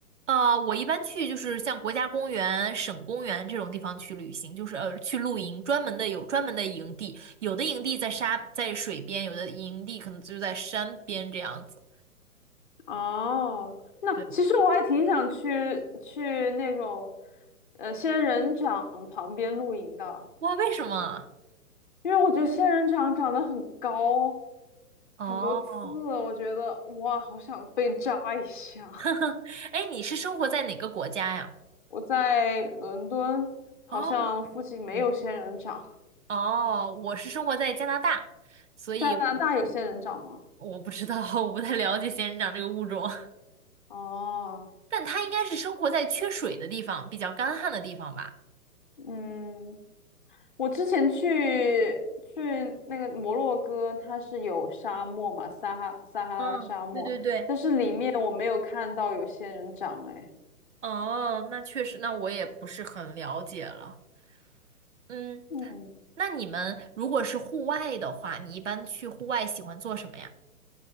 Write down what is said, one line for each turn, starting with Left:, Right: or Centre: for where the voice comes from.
Right: 呃，我一般去就是像国家公园、省公园这种地方去旅行，就是呃去露营，专门的有专门的营地，有的营地在沙在水边，有的营地可能就在山边这样子。
Left: 哦，那其实我还挺想去去那种，
Right: 对，
Left: 呃，仙人掌旁边露营的，
Right: 哇，为什么啊？
Left: 因为我觉得仙人掌长得很高，
Right: 哦，
Left: 很多刺，我觉得哇，好想被扎一下。
Right: <laughs> 哎，你是生活在哪个国家呀？
Left: <laughs> 我在伦敦好像附近没有仙人掌，
Right: 哦，嗯。哦，我是生活在加拿大，所以
Left: 加拿大有仙人掌吗？
Right: 我不知道，<laughs> 我不太了解仙人掌这个物种，
Left: 哦，
Right: <laughs> 但它应该是生活在缺水的地方，比较干旱的地方吧？
Left: 嗯。我之前去去那个摩洛哥，它是有沙漠嘛，撒哈撒哈拉沙漠，
Right: 嗯，对对对，
Left: 但是里面我没有看到有仙人掌，哎，
Right: 哦，那确实，那我也不是很了解了。嗯，
Left: 嗯，
Right: 那你们如果是户外的话，你一般去户外喜欢做什么呀？